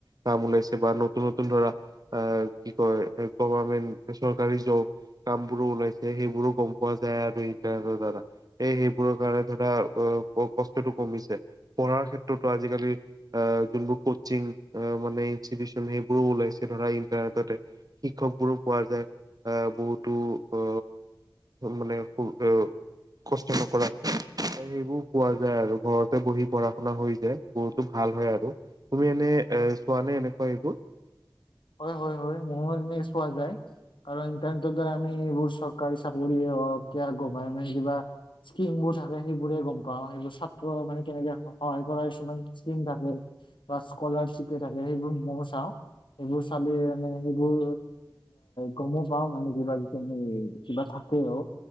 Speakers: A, on the right; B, on the left.
A: কাম ওলাইছে বা নতুন নতুন ধৰা আহ কি কয় গভাৰমেন্ট চৰকাৰী জব কাম বোৰো ওলাইছে সেইবোৰো গম পোৱা যায় আৰু ইট <unintelligible> দাদা এই সেইবোৰৰ কাৰণে ধৰা অ কষ্টতটো কমিছে পঢ়াৰ ক্ষেত্ৰতো আজিকালি আ যোনবোৰ কচিং আ মানে ইনষ্টিটিউচন সেইবোৰো ওলাইছে ধৰা ইন্টাৰনেটতে শিক্ষক বোৰো পোৱা যায় আহ বহুত। টো অ মানে ক'ত? এ কষ্ট নকৰাক সেইবোৰ পোৱা যায় আৰু ঘৰতে বহি পঢ়া শুনা হৈ যায় বহুতো ভাল হয় আৰু তুমি এনে এ চোৱা নে এনেকুৱা এইবোৰ।
B: হয়, হয়, হয় মোৰো এনেকে চোৱা যায় আৰু ইন্টাৰনেটৰ দ্বাৰা আমি এইবোৰ চৰকাৰী চাকৰিয়ে হওক গভাৰমেন্ট কিবা স্কিমও থাকে সেইবোৰে গম পাও সেইবোৰ ছাত্ৰ মানে কেনেকে সহায় কৰা কিছুমান স্কীম থাকে বা স্কলাৰিপ থাকে সেইবোৰ মইও চাওঁ। এইবোৰ চালে মানে এইবোৰ গমেই পাঁও। মানে কিবা কিনি কিবা থাকেও